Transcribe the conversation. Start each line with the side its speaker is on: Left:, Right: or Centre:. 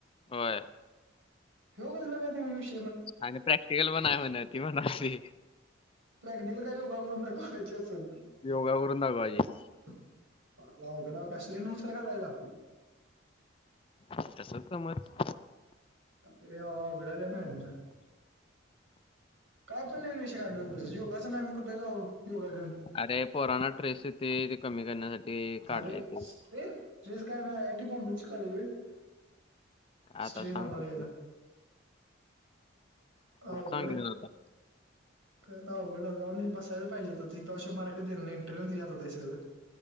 Left: व्हय
Right: ह्यो कसला काय विष
Left: आणि प्रॅक्टिकल पण हाय म्हण ती म्हणालती
Right: प्रॅक्टिकल का योगा करून दाखवायची असनं
Left: योगा करून दाखवायची
Right: काय अवघड हाय, काय सूर्यनमस्कार घालायचा?
Left: तसच समज
Right: अ रे बाबा अवघड आहे त्या मॅडमच काय पण नवीन विषय काढलोय उगचंच, योगसन आम्ही कुठ जाऊ योगा घेऊन?
Left: अरे पोराना स्ट्रेस येतोय ते कमी करण्यासाठी काढले
Right: अरे
Left: ते.
Right: स्ट्रेस, स्ट्रेस काय नाही ते <unintelligible>
Left: आता
Right: स्ट्रेस
Left: सांग
Right: आम्हाला
Left: तू.
Right: यायला. अवघड
Left: तूच सांग
Right: हाय.
Left: घेऊन आता.
Right: का आता अवघड जाऊन बसायच पाहिजे होतं ती त्याशिवाय मार्कच देणार नाही, इंटरनल तिच्या हातात हाय सगळं